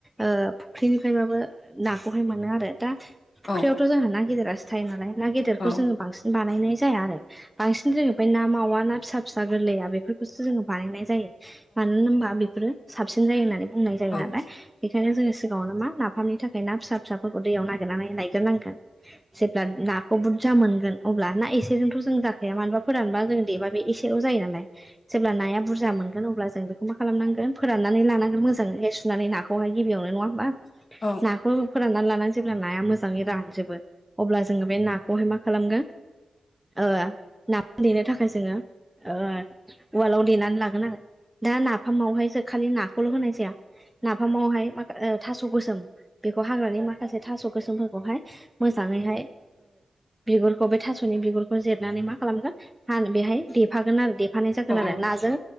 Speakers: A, in the centre; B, on the left (about 45°).
A: ओ फुख्रिनिफ्रायबाबो ना। खौहाय मोनो आरो दा फुख्रियावथ'
B: औ
A: जोंहा ना गेदेरासो थायो नालाय ना गेदेरखौ
B: औ
A: जों बांसिन बा बानायनाय जाया आरो बांसिन जोङो इनिफाय ना मावा ना फिसा फिसा गोरलैया बेफोरखौसो जोङो बानायनाय जायो मानो होनबा बेफोरो साबसिन जायो होननानै बुंनाय जायो
B: औ
A: नालाय बेखायनो जोङो सिगाङावनो मा नाफामनि थाखाय ना फिसा फिसाफोरखौ दैयाव नागिरनानै लायग्रोनांगोन। जेब्ला ना बुरजा मोनगोन अब्ला ना एसेजोंथ' जों जाखाया मानबा फोरानबा जों देबा बे एसेल' जायो नालाय। जेब्ला नाया बुरजा मोनगोन अब्ला जों बेखौ मा खालामनांगोन फोरान नानै लानांगोन मोजांङै सुनानै नाखौहाय गिबियावनो नङा ओमबा
B: औ
A: नाखौ। फोराननानै लानानै जेब्ला नाया मोजाङै रानजोबो अब्ला जोङो बे नाखौहाय मा खालामगोन। ओ नाफाम देनो थाखाय जोङो। ओ उवालाव देनानै लागोन आरो दा नाफामावहाय जों खालि नाखौल' होनाय जाया। नाफामावहाय मा थास' गोसोम बे हाग्रानि माखासे थास' गोसोमफोरखौहाय मोजाङैहाय बिगुरखौ बै थास'नि बि गुरखौ जिरनानै मा खालामगोन हाना देफागोन आरो दे देफानाय
B: औ
A: जागोन आरो नाजों